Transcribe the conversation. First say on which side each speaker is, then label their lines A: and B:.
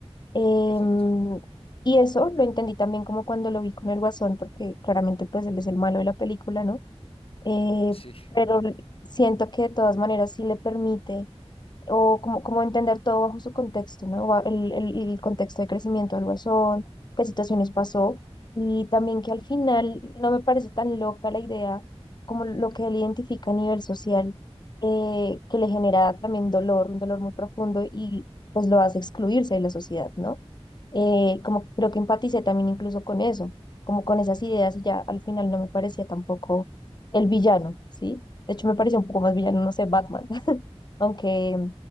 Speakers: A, on the left; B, on the left.
A: Em,
B: Exacto. <laughs>
A: y eso lo entendí también como cuando lo vi con el guasón, porque claramente pues él es el malo de la película, ¿no? eh,
B: Sí.
A: pero siento que de todas maneras sí le permite o como, como entender todo bajo su contexto, ¿no? Ba- El, el- el contexto de crecimiento del guasón, qué situaciones pasó y también que al final no me parece tan loca la idea como lo que él identifica a nivel social, eh, que le genera también dolor, un dolor muy profundo y pues lo hace excluirse de la sociedad, ¿no? eh, como que creo que empaticé también incluso con eso, como con esas ideas y ya al final no me parecía tampoco el villano, ¿sí? De hecho me parecía un poco más villano, no sé, Batman, <laughs> aunque